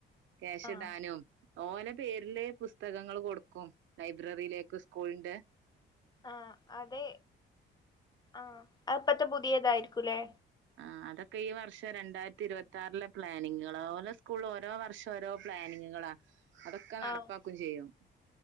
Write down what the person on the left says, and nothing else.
ആഹ്
ആഹ് അതെ ആഹ് അപ്പത്തെ പുതിയതായിരിക്കൂല്ലേ
ആഹ്